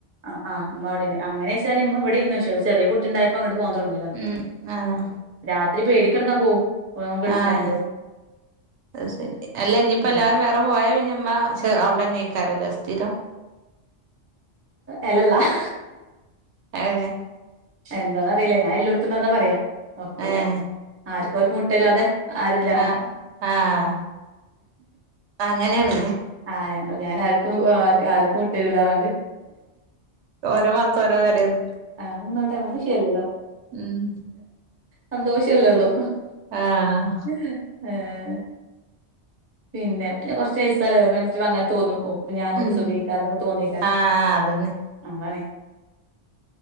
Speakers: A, on the right; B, on the right.
A: അ ആ മ്മ അവിടെണ്, അങ്ങനെച്ചാല് ഇമ്മ ഇവിടെയ്ന്നു ശെ കുട്ടിണ്ടായപ്പോ അങ്ങട് പോവാൻ തൊടങ്ങിയതാണ്.
B: ഉം ആഹ്
A: രാത്രി പേടിക്കടക്കാൻ പോവും. ഓൻ ഗൾഫിലായോണ്ട്
B: ആഹ് അ ശരി അല്ല ഇഞ്ഞിപ്പോ
A: ഉം
B: അല്ലാരും വേറെ പോയാ പിന്നെ മ്മ ചെ അവിടെന്നയ്ക്കാരല്ലേ സ്ഥിരം?
A: എലല്ലാഹ്
B: ഏഹ്
A: എന്താന്ന ല്ല ഞാൻ എല്ലോട്ത്തുണ്ടാകുന്ന പറയാ ഒറപ്പില്ല,
B: ഏഹ്
A: ആർക്കാർക്കും വിട്ടരാതെ. ആ ഒരിതിലാണ്
B: ആഹ് ആഹ് അങ്ങനെയാണ്ല്ലേ
A: ആ ഞങ്ങൾ.. ഞാൻ ആര്ക്കും ആ ആര്ക്കും വിട്ടരുല്ലർഞ്ഞാണ്ട്.
B: ഓരോ ഭാത്ത് ഓരോ പെരേണ്.
A: ആഹ് നിന്നോട്ടെ നമക്കിഷയല്ലല്ലോ,
B: ഉം
A: സന്തോഷല്ലേള്ളു.
B: ആഹ്
A: ഹഹ പിന്നെ പിന്നെ കൊറച്ച് വയസ്സാലെ ഓര മനസിലങ്ങനെ തോന്നു. പ്പ ഞാലെങ്കിൽ
B: ഉം
A: സുഖയ്ക്കാരം ന്നൊക്കെ തോന്നയ്ക്കാരം.
B: ആഹ് അതന്നെ
A: ആ അതാണെ